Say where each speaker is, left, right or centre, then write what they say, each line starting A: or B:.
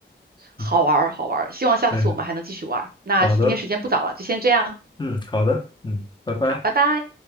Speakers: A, on the left; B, on the right.
A: 嗯，
B: 好玩儿，好玩儿。希望下次我们还能继续玩儿。
A: 哎，
B: 那今天时间不早了，
A: 好的，
B: 就先这样。
A: 嗯，好的，嗯，拜拜。
B: 好，拜拜。